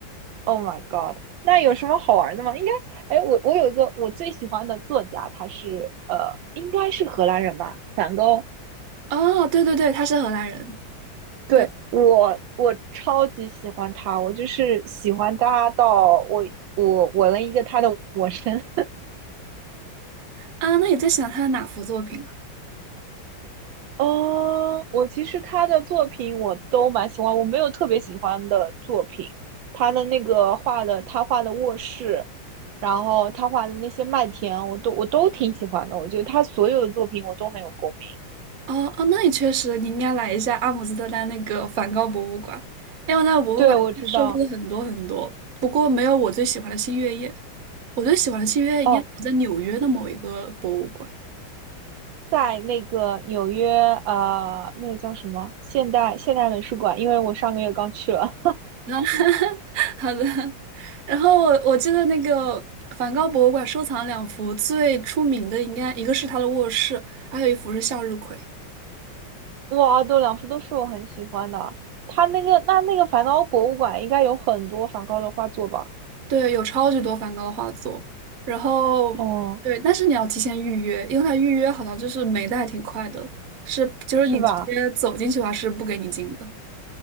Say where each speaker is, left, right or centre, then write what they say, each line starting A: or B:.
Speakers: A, on the right (about 75°); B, on the right (about 60°).
A: ？Oh my god，那有什么好玩的吗？应该，哎，我我有一个我最喜欢的作家，他是呃，应该是荷兰人吧，梵高。
B: 哦，对对对，他是荷兰人。
A: 对，
B: 对
A: 我我超级喜欢他，我就是喜欢他到我我纹了一个他的 <laughs> 纹身，
B: 啊，那你在想他的哪幅作品啊？
A: 哦，我其实他的作品我都蛮喜欢，我没有特别喜欢的作品。他的那个画的，他画的卧室，然后他画的那些麦田，我都我都挺喜欢的。我觉得他所有的作品我都很有共鸣。
B: 哦哦，那你确实你应该来一下阿姆斯特丹那个梵高博物馆，因为那个博物馆收录了很多很多，
A: 对，我知道。
B: 不过没有我最喜欢的《星月夜》，我最喜欢的《星月夜》应该我在纽约的某一个博物馆。
A: 哦，在那个纽约，呃，那个叫什么现代现代美术馆，因为我上个月刚去了。
B: 啊，<laughs> 好的。然后我我记得那个梵高博物馆收藏两幅最出名的，应该一个是他的卧室，还有一幅是向日葵。
A: <laughs> 哇，都两幅都是我很喜欢的。他那个那那个梵高博物馆应该有很多梵高的画作吧？
B: 对，有超级多梵高的画作。然后对，
A: 哦。
B: 但是你要提前预约，因为他预约好像就是没的还挺快的，是就是你直接走进去的话是不给你进的。
A: 是吧？